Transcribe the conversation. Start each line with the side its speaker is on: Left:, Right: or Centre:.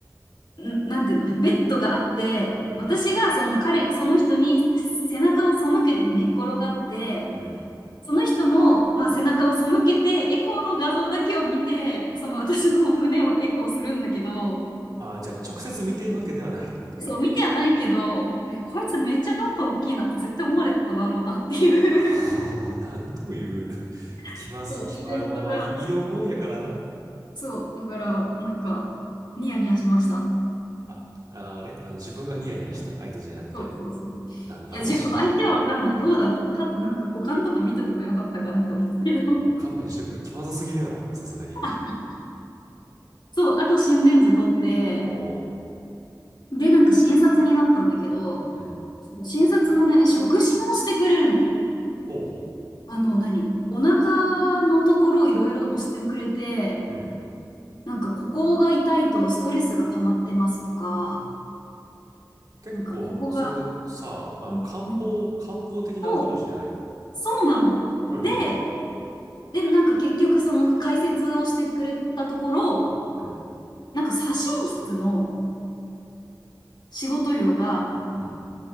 Left: んなんていうの、ベッドがあって、
Right: うん。
Left: 私がその彼、その人に背中を背けて寝っ転がって、
Right: うん。
Left: その人も、まあ、背中を背けて、エコーの画像だけを見て、その私の胸をエコーするんだけど、
Right: ああ、じゃあ直接見ているわけではないってことか。
Left: うんそう、見てはないけど、え、こいつめっちゃおっぱい大きいなって絶対思われてただろうなっていう
Right: <laughs> おーなんというな、<laughs>
Left: <laughs>
Right: 気まず、
Left: そう、
Right: 気ま、
Left: イベントが、
Right: あ、でもまあ、い医療行為やからな。
Left: そう、だから、なんか、ニヤニヤしました。
Right: あ、ああれあの、自分がニヤニヤした相手じゃなくて。
Left: そうそうそう。
Right: なんの話やね
Left: いや、自分、相手はわかんない。どうだろう。た、なんか股間とか見とけばよかったかなって思ったけど。
Right: ん。いや、もう勘弁してくれ。気まずすぎるやろ。さすがに。
Left: <laughs> あ、そう、あと心電図取って、
Right: <laughs> おー
Left: で、なんか診察になったんだけど、
Right: うん。
Left: その診察もね、触診をしてくれるの。
Right: ほうほ
Left: あの、何お腹のところをいろいろ押してくれて、
Right: う。うん。
Left: なんかここが痛いとストレスが溜まってますとか、
Right: 結構、
Left: なんかここが、
Right: それさ、あの、
Left: うんうん
Right: 漢方、漢方的なアプローチじゃない。
Left: そう、そうなの。
Right: はいはいはい。
Left: で、で、なんか結局その解説をしてくれたところ、
Right: うん。
Left: なんか左心室の仕事量が
Right: うん。